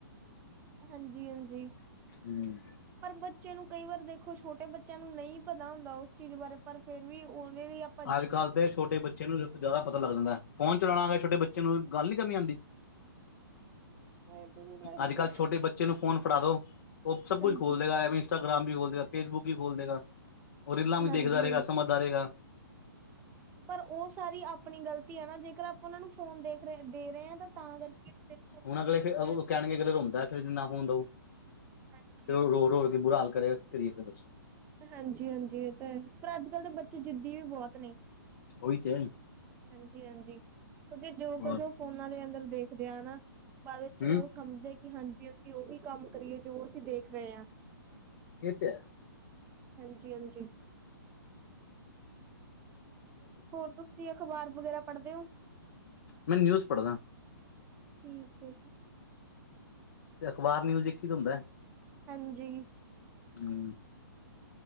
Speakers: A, on the right; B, on the left.
A: ਹਾਂਜੀ ਹਾਂਜੀ।
B: ਹਂ
A: ਪਰ ਬੱਚੇ ਨੂੰ ਕਈ ਵਾਰ ਦੇਖੋ ਛੋਟੇ ਬੱਚਿਆਂ ਨੂੰ ਨਈਂ ਪਤਾ ਹੁੰਦਾ ਉਸ ਚੀਜ਼ ਬਾਰੇ ਪਰ ਫੇਰ ਵੀ ਉਹਦੇ ਲਈ ਅਪ
B: ਅੱਜ-ਕੱਲ੍ਹ ਤੇ ਛੋਟੇ ਬੱਚੇ ਨੂੰ ਸਬ ਤੋਂ ਜ਼ਿਆਦਾ ਪਤਾ ਲੱਗ ਜਾਂਦਾ, ਫੋਨ ਚਲਾਣਾ ਆਵੇ ਛੋਟੇ ਬੱਚੇ ਨੂੰ ਗੱਲ ਨੀਂ ਕਰਨੀ ਆਂਦੀ।
A: ਹਾਂਜੀ
B: ਅੱਜ-ਕੱਲ੍ਹ ਛੋਟੇ ਬੱਚੇ ਨੂੰ ਫੋਨ ਫੜਾ ਦੋ, ਉਹ ਸਭ
A: ਹਾਂਜੀ
B: ਕੁਛ ਖੋਲਦੇਗਾ ਏਵੇਂ ਈ ਇੰਸਟਾਗ੍ਰਾਮ ਵੀ ਖੋਲ ਦੇਗਾ, ਫੇਸਬੁੱਕ ਵੀ ਖੋਲ ਦੇਗਾ, ਔ ਰੀਲਾਂ ਵੀ
A: ਹਾਂਜੀ
B: ਦੇਖਦਾ ਰਹੇਗਾ ਸਮਝਦਾ ਰਹੇਗਾ।
A: ਪਰ ਉਹ ਸਾਰੀ ਆਪਣੀ ਗ਼ਲਤੀ ਆ ਨਾਂ ਜੇਕਰ ਆਪਾਂ ਉਹਨਾਂ ਨੂੰ ਫੋਨ ਦੇਖ ਰਹੇ ਦੇ ਰਹੇ ਆਂ ਤਾਂ ਕਰਕੇ ਦੇਖੋ
B: ਹੁਣ ਅਗਲੇ ਫੇ
A: ਮਤਲਬ
B: ਅਗੋਂ ਕਹਿਣਗੇ ਅਗਲੇ ਰੋਂਦਾ ਫੇਰ ਜੇ ਨਾਂ ਫੋਨ ਦੋ।
A: ਹਾਂਜੀ
B: ਫੇਰ ਉਹ ਰੋ-ਰੋ ਕੇ ਬੁਰਾ ਹਾਲ ਕਰੇਗਾ ਕੀ ਕਰੀਏ ਫੇਰ ਦੱਸੋ?
A: ਹਾਂਜੀ ਹਾਂਜੀ, ਇਹ ਤਾਂ ਹੈਂ ਪਰ ਅੱਜ-ਕਲ੍ਹ ਦੇ ਬੱਚੇ ਜਿੱਦੀ ਵੀ ਬਹੁਤ ਨੇਂ।
B: ਉਹੀ ਤੇ ਹੈ
A: ਹਾਂਜੀ ਹਾਂਜੀ। ਕਿਉਂਕਿ ਜੋ
B: ਹੋਰ
A: ਕੁਝ ਉਹ ਫੋਨਾਂ ਦੇ ਅੰਦਰ ਦੇਖਦੇ ਆ ਨਾਂ ਬਾਅਦ ਚ
B: ਹਮ
A: ਉਹ ਸਮਝਦੇ ਕਿ ਹਾਂਜੀ ਅਸੀਂ ਉਹੀ ਕੰਮ ਕਰੀਏ, ਜੋ ਅਸੀਂ ਦੇਖ ਰਹੇ ਆਂ।
B: ਇਹ ਤੇ ਹੈ।
A: ਹਾਂਜੀ ਹਾਂਜੀ। ਹੋਰ ਤੁਸੀਂ ਅਖ਼ਬਾਰ ਵਗੈਰਾ ਪੜ੍ਹਦੇ ਔਂ?
B: ਮੈਂ ਨਿਊਜ਼ ਪੜਦਾਂ।
A: ਠੀਕ ਹੈ ਜੀ।
B: ਤੇ ਅਖਬਾਰ, ਨਿਊਜ਼ ਇੱਕ ਈ ਤੇ ਹੁੰਦਾ ਐ।
A: ਹਾਂਜੀ।
B: ਹਂ